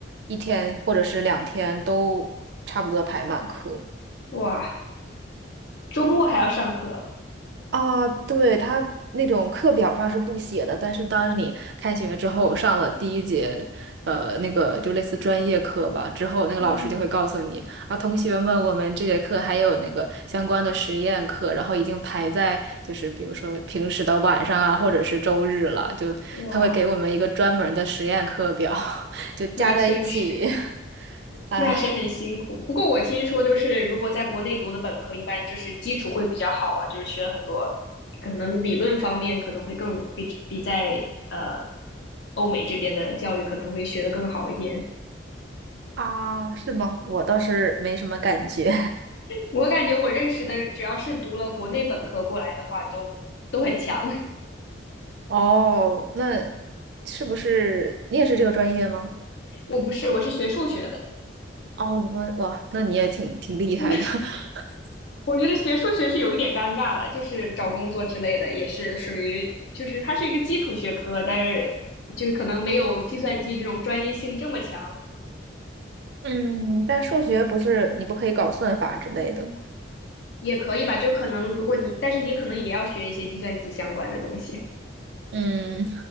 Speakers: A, on the right; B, on the left.
A: 一天或者是两天都差不多排满课。
B: 哇。周末还要上课，
A: 啊，对，他那种课表上是不写的，但是当你开学之后上了第一节，呃，那个就类似专业课吧，之后那个老师就会告诉你啊，
B: 嗯，
A: 同学们，我们这节课还有那个相关的实验课，然后已经排在就是比如说平时的晚上啊，或者是周日了，就他会给我们一个专门的实验课表，
B: 哇，
A: <laughs> 就加在一起，
B: 那确实
A: <laughs> 唉
B: 那是很辛苦。不过我听说，就是如果在国内读的本科，一般就是基础会比较好啊，就是学很多，可能理论方面可能会更比比在呃欧美这边的教育可能会学的更好一点。
A: 啊，是吗？我倒是没什么感觉。
B: 我感觉我认识的，只要是读了国内本科过来的话，都都很强。
A: 哦，那是不是你也是这个专业吗？
B: <laughs> 我不是，我是学数学的，
A: 哦，我哇，那你也挺挺厉害的。
B: 嗯
A: <laughs>
B: 我觉得学数学是有一点尴尬了，就是找工作之类的，也是属于就是它是一个基础学科，但是就是可能没有计算机这种专业性这么强，
A: 嗯，但数学不是你不可以搞算法之类的吗？
B: 也可以吧。就可能如果你，但是也可能也要学一些计算机相关的东西。
A: 嗯，